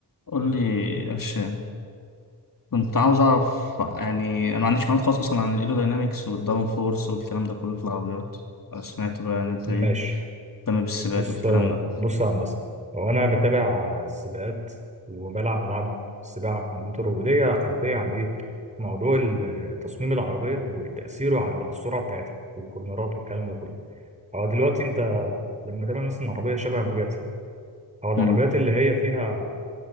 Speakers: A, on the left; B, on the right.
A: قول لي يا هشام كنت عاوز اعرف يعني انا ما عنديش معلومات خالص اصلا عن الايروداينامكس والداون فورس والكلام ده كله في العربيات سمعت بقى ان انت
B: ماشي
A: ايه مهتم بالسباقات
B: بص
A: والكلام ده
B: بص يا هندسة هو أنا بتابع السباقات وبلعب ألعاب السباق على الكمبيوتر وليا خلفية عن إيه موضوع ال- تصميم العربية وتأثيره على على السرعة بتاعتها والكورنرات والكلام ده كله هو دلوقتي أنت لما تعمل مثلا عربية شبه بوجاتي أو العربيات
A: مم.
B: اللي هي فيها